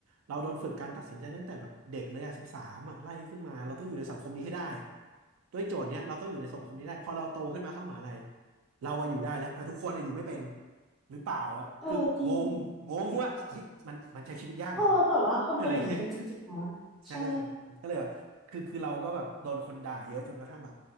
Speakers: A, on the right; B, in the centre.
A: เราโดนฝึกการตัดสินใจตั้งแต่แบบเด็กเลยอะสิบสามอะไล่ขึ้นมาเราต้องอยู่ในสังคมนี้ให้ได้อะด้วยโจทย์เนี้ยเราต้องอยู่ในสังคมนี้ได้พอเราโตขึ้นมาเข้ามหาลัยเราอะอยู่ได้แล้วแต่ทุกคนอะอยู่ไม่เป็น หรือเปล่าอะคืองงงงว่าเอ้ยมันมันใช้ชีวิตยากเหรอ
B: เออจริงโอ้แต่ว่าคนเป็นอย่างนี้กันจริงๆนะ
A: <laughs> อะไรเงี้ยใช่ก็เลยก็เลยแบบคือคือเราก็แบบโดนคนด่าเยอะจนกระทั่งแบบ
B: ใช่